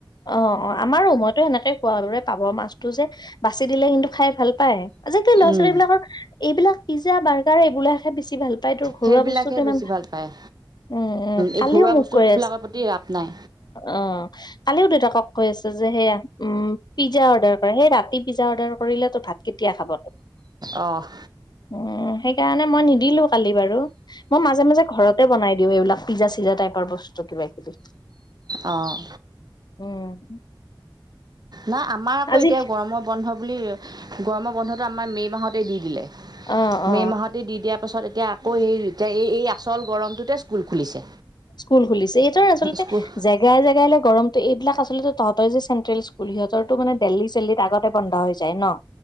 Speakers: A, on the left; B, on the right.
A: অ', অ', আমাৰো মইতো সেনেকে কোৱা দৰে পাভ মাছটো যে বাচি দিলে কিন্তু খাই ভাল পায়। আজিকালি ল'ৰা
B: উম,
A: ছোৱালীবলাকৰ এইবিলাক পিজ্জা বাৰ্গাৰ এইবিলাকহে বেছি ভাল পায় তোৰ ঘৰুৱা
B: সেইবিলাকে
A: বস্তুত ইমান
B: বেছি ভাল পায়।
A: উম উম কালিও
B: এই ঘৰুৱা
A: মোক
B: বস্তুবিলাকৰ
A: কৈ আছে
B: প্ৰতি ৰাপ নাই
A: অ কালিও দেউতাকক কৈ আছে যে সেয়া উম পিজ্জা অৰ্ডাৰ কৰে সেই ৰাতি পিজ্জা অৰ্ডাৰ কৰিলে তো ভাত কেতিয়া খাব
B: অ'।
A: উ সেইকাৰণে মই নিদিলো কালি বাৰু মই মাজে মাজে ঘৰতে বনাই দি এইবিলাক পিজ্জা চিজ্জা টাইৰ বস্তু কিবা কিবি
B: অ'।
A: উম
B: নাই আমাৰ আকৌ
A: আজি
B: এতিয়া গৰমৰ বন্ধ বুলি গৰমৰ বন্ধটো আমাৰ মে' মাহতে দি দিলে
A: অ অ
B: মে' মাহতে দি দিয়াৰ পাছত এতিয়া আকৌ সেই এতিয়া এই এই আচল গৰমটোতে স্কুল খুলিছে
A: স্কুল খুলিছে এইটো আচলতে
B: স্কুল
A: জেগাই জেগাইে গৰমতটো এইবিলাক অ'। আচলতে তহঁতৰ যে চেট্ৰেল স্কুল সিহঁতৰটো মানে দেল্লী চেল্লিত আগতে বন্ধ হৈ যায় ন'।